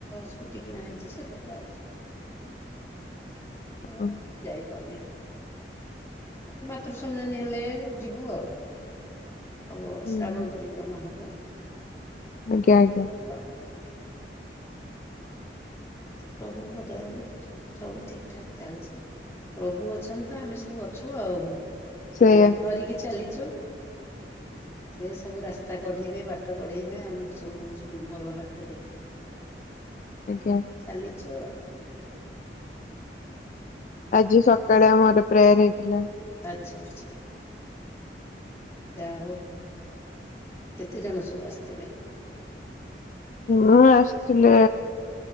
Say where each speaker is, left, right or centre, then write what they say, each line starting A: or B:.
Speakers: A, on the left; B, on the left.
A: ସ୍କୁଟି କିଣା ହେଇଛି ସେଥିରେ ଯାଉଛି ଆଉ। ମୁଁ
B: ହଁ
A: ଆଉ ଟିକେ ଯାଇପାରୁନି। ଏ ମାତୃସମ୍ମିଳନୀ ହେଲେ ଯିବୁ ଆଉ ହବ
B: ହୁଁ
A: ଶ୍ରାବଣ ପରି ବିକ୍ରମା ହେବ ହେଲେ
B: ଆଜ୍ଞା ଆଜ୍ଞା
A: ଯିବୁ ତ। ଅଛି ପ୍ରଭୁଙ୍କ ଦୟାରୁ। ସ ଆଉ ସବୁ ଠିକ୍ ଠାକ୍ ଚାଲିଛି ଆମର ପ୍ରଭୁ ଅଛନ୍ତି ତ ଆମେ ସବୁ ଅଛୁ ଆଉ।
B: ସେଇଆ
A: ତାଙ୍କୁ ଧରିକି ଚାଲିଛୁ। ସେ ସବୁ ରାସ୍ତା କଢେଇବେ ବାଟ କଢେଇବେ ଆମକୁ ସବୁ ଭଲ ବାଟ ଦେଖେଇବେ। ତାଙ୍କୁ
B: ଆଜ୍ଞା
A: ନେଇ ଚାଲିଚୁ ଆଉ। ଏଇଭଳି
B: ଆଜି
A: କଥା।
B: ସକାଳେ ଆମର ପ୍ରେୟାର ହେଇଥିଲା।
A: ଆଚ୍ଛା ଆଚ୍ଛା। ଯାହା ହଉ କେତେ ଜଣ ସବୁ ଆସିଥିଲେ?
B: ହଁ ଆସିଥିଲେ